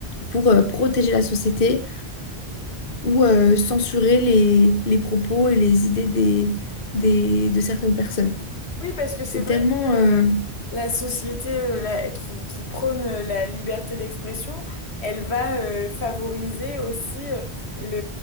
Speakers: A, on the left; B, on the left.
A: pour euh, protéger la société ou euh, censurer les, les propos et les idées des, des, de certaines personnes.
B: Oui, parce que c'est
A: C'est
B: vrai
A: tellement...
B: que
A: euh,
B: euh,
A: tout
B: la société euh, la- qui, qui prône euh, la liberté d'expression, elle va euh, favoriser aussi euh, le,